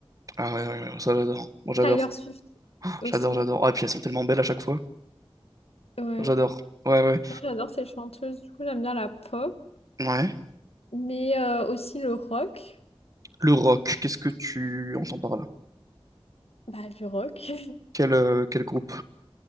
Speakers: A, on the right; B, on the left.
A: Ah ouais, ouais, ouais, ça j'adore. Moi j'adore.
B: Taylor Swift aussi.
A: J'adore, j'adore. Ah, et puis elles sont tellement belles à chaque fois.
B: Ouais.
A: J'adore. Ouais, ouais.
B: Non, j'adore ces chanteuses, du coup, j'aime bien la pop,
A: Ouais.
B: mais euh, aussi le rock.
A: Le rock, qu'est-ce que tu entends par là?
B: Bah, du rock. <laughs>
A: Quel, euh, quel groupe?